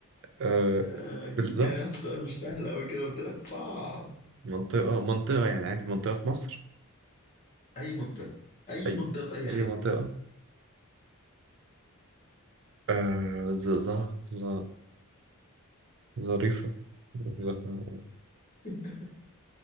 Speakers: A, on the right (about 55°); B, on the left (about 35°).
A: آه
B: آه، أكيد
A: بلزة
B: يعني السؤال مش سهل أوي كده قلت لك صعب
A: منطقة منطقة يعني عادي منطقة في مصر
B: أي منطقة أي
A: أي
B: منطقة في أي
A: أي
B: حتة
A: منطقة آه ز ز ز ظريفة ظ-
B: <laughs>